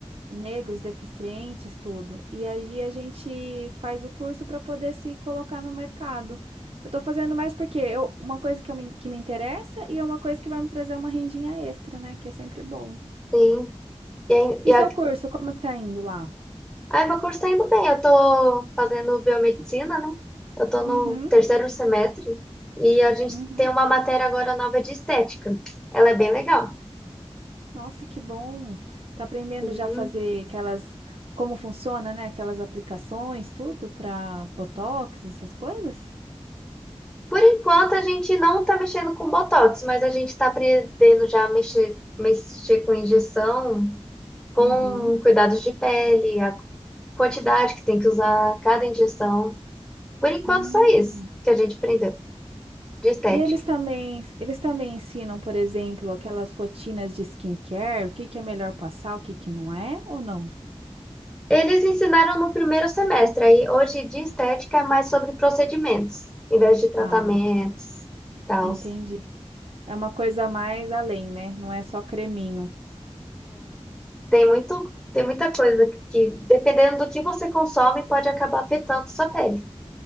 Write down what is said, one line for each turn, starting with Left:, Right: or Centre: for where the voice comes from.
Right: negros, deficientes, tudo. E aí a gente faz o curso para poder se colocar no mercado. Eu estou fazendo mais porque eu, uma coisa que, eu me, que me interessa e é uma coisa que vai me trazer uma rendinha extra, né? Que é sempre bom.
Centre: sim. E, aí- e
Right: E
Centre: a
Right: seu curso, como é que tá indo lá?
Centre: Ai, meu curso tá indo bem. Eu tô fazendo biomedicina, né? Eu tô no
Right: Uhum,
Centre: terceiro semestre e a gente
Right: uhum.
Centre: tem uma matéria agora nova de estética. Ela é bem legal.
Right: Nossa, que bom. Tá aprendendo
Centre: Uhum.
Right: já a fazer aquelas, como funciona, né? Aquelas aplicações, tudo para Botox, essas coisas?
Centre: Por enquanto, a gente não tá mexendo com botox, mas a gente tá aprendendo já a mexer, mexer com injeção, com
Right: Uhum.
Centre: cuidados de pele, a quantidade que tem que usar cada injeção. Por enquanto,
Right: Hum.
Centre: só isso que a gente aprendeu de estética.
Right: E eles também, eles também ensinam, por exemplo, aquelas rotinas de skincare, o que que é melhor passar, o que que não é, ou não?
Centre: Eles ensinaram no primeiro semestre, aí hoje de estética é mais sobre procedimentos, em vez de tratamentos,
Right: Ah,
Centre: tal.
Right: entendi. É uma coisa mais além, né? Não é só creminho.
Centre: Tem muito, tem muita coisa que, dependendo do que você consome, pode acabar afetando sua pele.